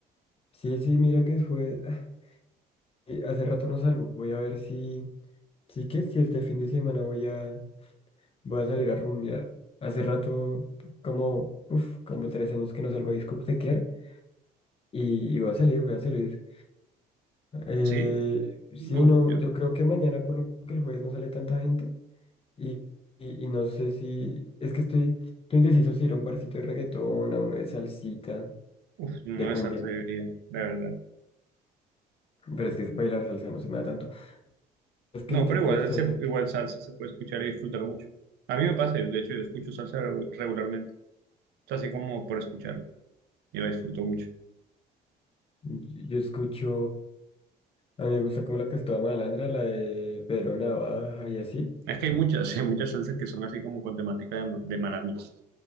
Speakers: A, on the left (about 35°); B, on the right (about 80°).
A: sí, sí, mira que es jueves. <sighs> Y hace rato no salgo, voy a ver si... Sí que si este fin de semana voy a, voy a salir a rumbear. Hace rato, como, uf, como tres años que no salgo a discotequear y, y voy a salir, voy a salir. Eh,
B: ¿Sí?
A: sí,
B: Uf,
A: no,
B: yo,
A: yo creo que mañana, por lo que el jueves no sale tanta gente. Y, y, y no sé si, es que estoy, estoy indeciso si ir a un barcito de reggaetón, a uno de salsita,
B: uf, yo
A: de
B: no de
A: cumbia,
B: salsa yo diría, la verdad.
A: pero es que bailar salsa no se me da tanto. Es que
B: No,
A: el tipo
B: pero igual,
A: de salsa
B: se- igual
A: que
B: salsa se puede escuchar y disfrutar mucho. A mí me pasa, yo, de hecho, yo escucho salsa regu- regularmente. O sea, así como por escucharla. Y la disfruto mucho.
A: yo escucho, a mí me gusta como la que estaba malandra, la de Pedro Navaja y así,
B: Es que hay muchas, <laughs> hay muchas salsas que son así como con temática de, ma- de malandro.